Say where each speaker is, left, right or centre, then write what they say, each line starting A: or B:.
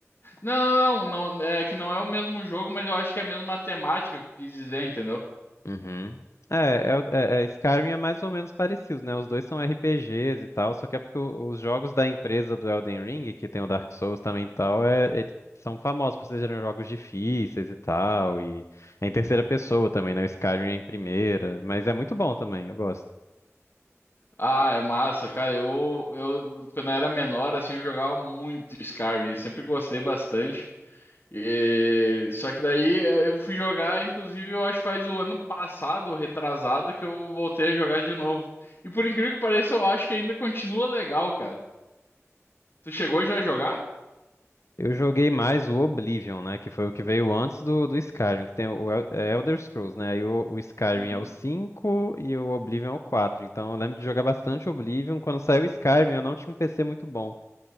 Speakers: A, on the left; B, on the left.
A: não, não, não, não, é que não é o mesmo jogo, mas eu acho que é a mesma temática que eu quis dizer, entendeu?
B: Uhum. É, é, o- é, é, Skyrim é mais ou menos parecido, né? Os dois são RPGs e tal, só que é porque o- os jogos da empresa do Elden Ring, que tem o Dark Souls também e tal, é, eles são famosos por serem jogos difíceis e tal, e é em terceira pessoa também, né? O Skyrim é em primeira, mas é muito bom também, eu gosto.
A: Ah, é massa, cara. Eu, eu quando eu era menor, assim, eu jogava muito Skyrim. Sempre gostei bastante. E- Só que daí eh, eu fui jogar, inclusive, eu acho que faz o ano passado, retrasado, que eu voltei a jogar de novo. E por incrível que pareça, eu acho que ainda continua legal, cara. Tu chegou já a jogar?
B: Eu joguei mais o Oblivion, né? Que foi o que veio antes do, do Skyrim, que tem o El- é Elder Scrolls, né? Aí o, o Skyrim
A: Uhum.
B: é o 5 e o Oblivion é o 4. Então eu lembro de jogar bastante Oblivion. Quando saiu o Skyrim, eu não tinha um PC muito bom.